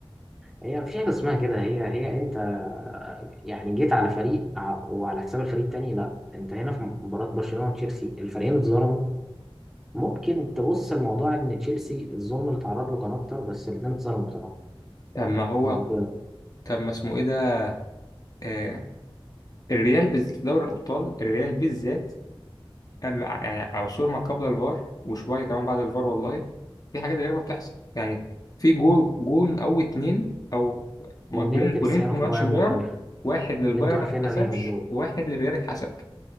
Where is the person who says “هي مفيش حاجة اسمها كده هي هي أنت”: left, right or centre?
Centre